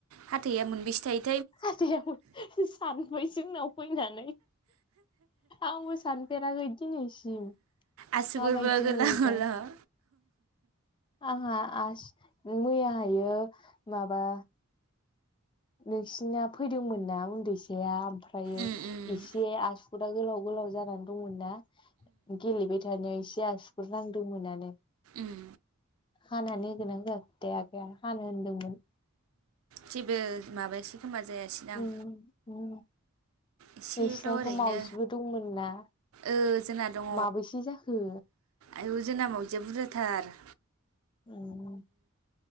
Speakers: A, on the right; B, on the left.
A: हाथाइया मोनबेसे थाइ
B: हाथाया <unintelligible> सानफै जोंनाव फैनानै आंबो सानफेराखै दिनैसिम
A: आसुगुरबो
B: माबायदि
A: गोलाव
B: नुयो
A: गोलाव
B: थाय आंहा आस मैया हायो माबा नोंसिना फैदोंमोन ना उन्दैसाया ओमफ्रायो
A: उम उम
B: एसे आसुगुर गोलाव गोलाव जानानै दंमोनना गेलेबाय थानायाव एसे आसुगुर नांदोंमोनानो
A: ओम
B: हानानै होगोना होआखैथाय आगैया हानो होनदोंमोन
A: जेबो माबायासै खोमा जायासैदां
B: उम उम
A: एसेल'
B: नोंसिनावथ'
A: ओरैनो
B: मावजिबो दंमोन ना?
A: ओ जोंना दङ
B: माबोसे जाखो
A: आयौ जोंना मावजाया जि बुरजाथार
B: उम